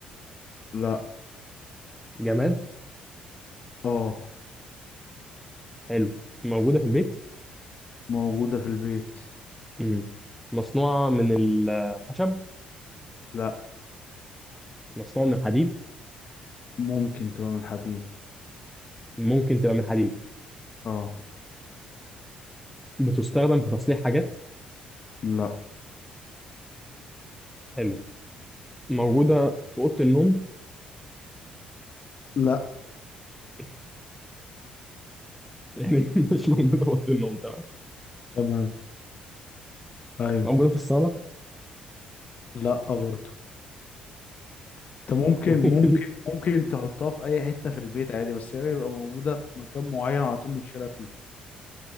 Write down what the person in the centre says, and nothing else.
جماد
حلو موجوده في البيت
مم. مصنوعه من الخشب
مصنوعه من الحديد
ممكن تبقى من الحديد
بتستخدم في تصليح حاجات
حلو موجوده في اوضه النوم
<laughs> يعني مش موجوده في اوضه النوم تمام
موجوده في الصاله
<laughs> وفي
الم-